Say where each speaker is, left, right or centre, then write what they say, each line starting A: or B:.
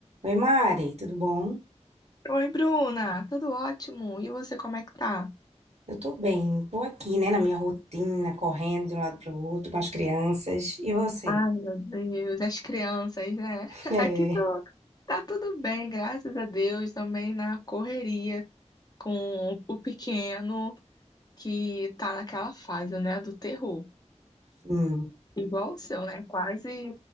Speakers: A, on the right; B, on the left.
A: Oi, Mari, tudo bom?
B: Oi, Bruna, tudo ótimo? E você, como é que tá?
A: Eu tô bem, tô aqui, né, na minha rotina, correndo de um lado para o outro com as crianças. E você?
B: Ai, meu Deus, as crianças, né? <laughs>
A: É,
B: Aqui tô, tá tudo bem, graças a Deus, também na correria com o o pequeno que tá naquela fase, né, do terror.
A: hum,
B: Igual o seu, né? Quase